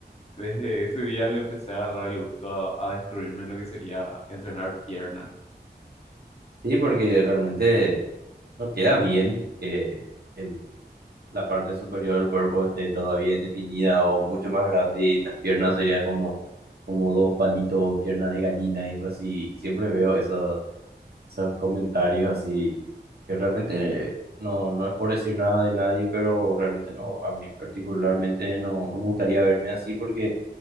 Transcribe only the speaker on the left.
desde ese día le empecé a agarrar el gusto a, a destruirme en lo que sería entrenar piernas.